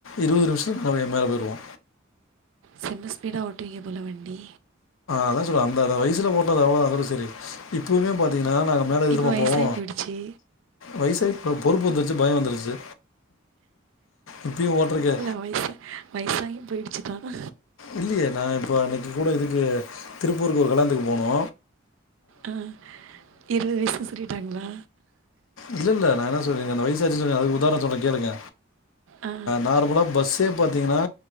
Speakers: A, on the left (about 80°); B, on the right (about 70°).
A: இருபது நிமிஷத்து நாங்க மேல போயிருவோ
B: செம ஸ்பீடா ஓட்டுவீங்க போல வண்டி
A: அதா சொல்ல அந்த வயசுல ஓட்டுனது அவ்ளோதா அதோட சரி இப்பவுமே பாத்தீங்க நாங் மேலே எதுக்கு
B: இப்போ
A: தெரியுமா
B: வயசாகி
A: போவோ
B: போயிடுச்சு
A: வயசய் இ பொறுப்பு வந்துருச்சு பயோ வந்துருச்சு இப்பயு ஓட்டுருக்கு
B: வயசு வயசாகி போயிடுச்சு தானா
A: இல்லையே நா இப்போ அன்னைக்கி கூட இதுக்கு திருப்பூருக்கு ஒரு கல்லா னத்துக்கு போனோ
B: ஆ இருபது வயசு சொல்லிட்டாங்களா
A: இல்ல இல்ல ந என்ன சொல்றீங்க அந்த வயசாச்சு சொன்ன அது உதாரணோ சொல்ரே கேளுங்க
B: ஆ
A: நார்மலா பஸ் சே பாத்தீங்கன்னா